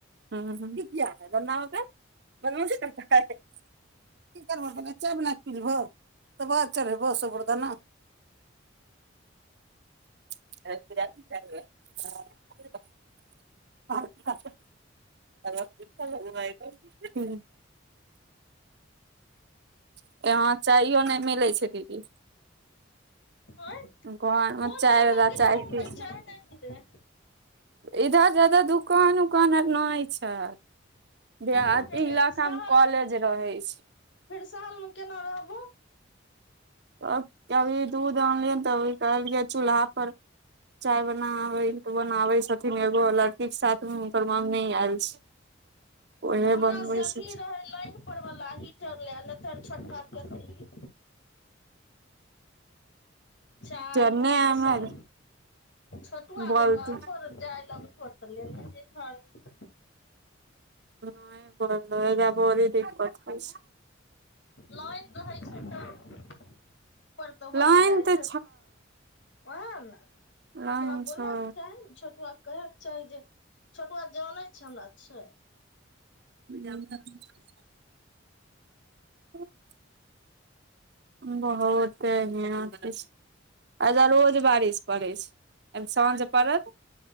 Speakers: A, on the right (about 55°); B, on the left (about 60°).
A: हँ इ किया नै बननाइ होतै बदमासी करतै खा <unintelligible> की करबहो पहिने चाय बना कऽ पिलेबहो तैके बाद चढ़ैबहो सबुरदाना <inaudible> <unintelligible> ह्म ह्म <unintelligible> यहाँ चाइयो नहि मिलै छै दीदी
B: आँय
A: घरमे
B: कोन
A: चाय
B: जगह
A: रहला
B: गेलहु
A: चाय
B: हन
A: किछु
B: जे चाय नै मिलै है
A: इधर जादा दुकान उकान आर नहि छै देहाति
B: फेर
A: इलाका
B: शहर
A: मे कॉलेज रहै छै
B: फेर शहर मे केना रहबुहू
A: तब अभी दूध आनलियनि त अभी कहलियै चूल्हा पर चाय बनाबै तऽ बनाबै छथिन एगो लड़की के साथमे हुनकर मम्मी आयल छै <inaudible>
B: तऽ हमरा
A: बनबै
B: से अथी
A: छथिन
B: रहै लाइन पर वला हीटर लए लेतैर छोटका केतली चाय
A: जन्ने
B: पानि
A: हमर
B: सब छोटुआ
A: बोलथिन
B: के कहतहो र जाय लगतहो र त लेने जैतह र
A: नहि बोलहो एहिजा बरी दिक्कत होइ छै
B: लाइन रहै छैन तऽ ऊपर
A: छै
B: तऽ होइ
A: लाइन
B: ने जाइ
A: तऽ
B: छै ओहै न तोरा
A: लाइन
B: बोलैके
A: छै
B: चाही ने छोटुआ कहेके चाही जे छोटुआ जानै छै हमरा छै
A: जानतै र त <inaudible> बहुत हियां एहिजा रोज बारिश पड़ै छै एम साँझ पड़त